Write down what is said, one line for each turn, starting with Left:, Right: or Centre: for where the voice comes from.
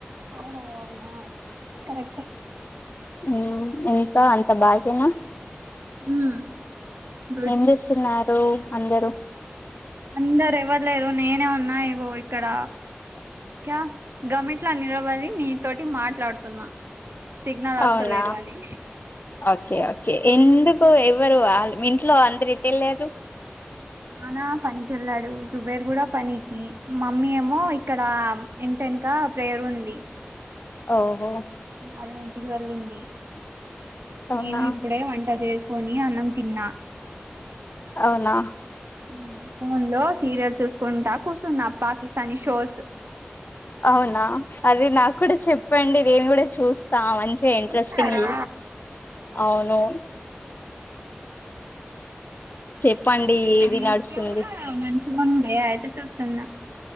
Right: ఓహో అవునా కరెక్టే
Left: ఉ హు కా అంత బాగేనా
Right: మ్మ్ గుడ్
Left: ఏం చేస్తున్నారు తు అందరు
Right: అందరు ఎవరు లేరు నేనే ఉన్నా ఇగో ఇక్కడ క గమిట్లా నిలవడి నీతోటి మాట్లాడుతున్నా సిగ్నల్
Left: అవునా
Right: వస్తలేదు అని
Left: ఓకే ఓకే ఎందుకు ఎవరు ఇంట్లో అందరు ఏటేళ్ళారు
Right: నానా పనికి వెళ్ళాడు సుబేర్ కూడా పనికి మమ్మీ ఏమో ఇక్కడ ఇంటెనక ప్రేయరు ఉంది
Left: ఓహో
Right: వాళ్ళ ఇంటికి వెళ్ళింది
Left: అవునా
Right: నేను ఇప్పుడే వంట చేస్ కోని అన్నం తిన్న
Left: అవునా
Right: ఉ ఫోన్ లో సీరియల్ చూసుకుంటా కూర్చున్నా పాకిస్తానీ షోస్
Left: అవునా అది నాకు కూడా చెప్పండి నేను కూడా చూస్ తావన్ చే ఇంట్రెస్టింగ్వి
Right: చూస్తారా
Left: అవును చెప్పండి
Right: ఒకటి
Left: ఏది
Right: రీల్స్
Left: నడుస్తుంది
Right: లో కూడా మంచిగా ఉండయి అయితే చూస్తున్నా